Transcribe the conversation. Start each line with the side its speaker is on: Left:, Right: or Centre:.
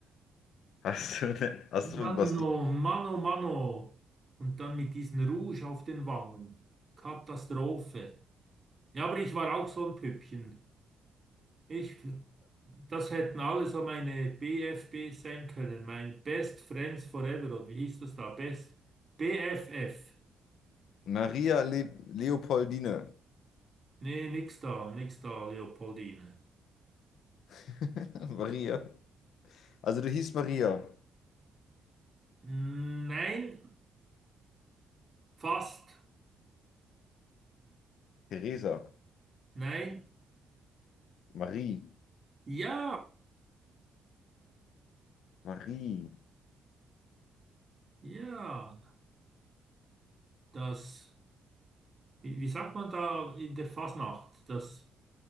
Left: Hast du, ne, hast
Right: Mano,
Left: du was?
Right: Mano, Mano. Und dann mit diesem Rouge auf den Wangen. Katastrophe. Ja, aber ich war auch so ein Püppchen. Ich, das hätten alle so meine BFB sein können. Mein Best Friends Forever. Oder wie hieß das da? Best BFF.
Left: Maria Le Leopoldine.
Right: Nee, nix da, nix da, Leopoldine.
Left: <laughs> Maria. Also du hießt Maria,
Right: Nein, fast.
Left: Theresa,
Right: Nein,
Left: Marie,
Right: ja,
Left: Marie,
Right: ja. Das, wie, wie sagt man da in der Fasnacht? Das.